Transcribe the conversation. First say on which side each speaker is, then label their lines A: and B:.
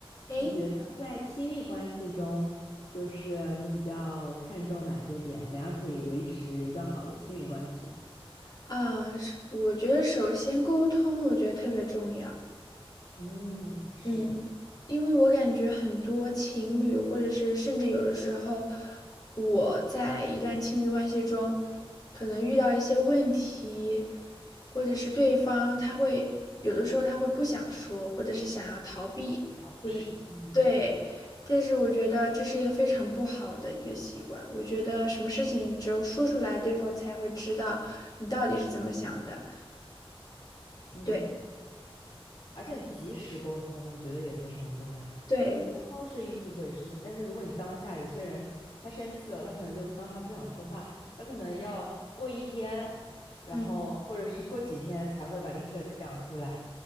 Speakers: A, on the left (about 40°); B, on the left (about 65°).
A: 诶，
B: 你觉得在亲密关系中，就是你比较看重哪些点？怎样可以维持一段好的亲密关系？
A: 啊，是我觉得首先沟通，我觉得特别重要。
B: 嗯，是
A: 嗯，因为我感觉很多情侣，或者是甚至有的时候，我在一段亲密关系中，可能遇到一些问题，或者是对方他会有的时候他会不想说，或者是想要逃避，
B: 逃避，
A: 或者是对，
B: 嗯
A: 但是我觉得这是一个非常不好的一个习惯。我觉得什么事情只有说出来，对方才会知道你到底是怎么想的。
B: 嗯，
A: 对
B: 而且及时沟通，我觉得也非常重要。
A: 对，
B: 就是沟通是一一回事情，但是如果你当下有些人他生气了，他可能就当下不想说话，他可能要过一天，然后或者是过几天才会把这个事儿再讲出来。
A: 嗯，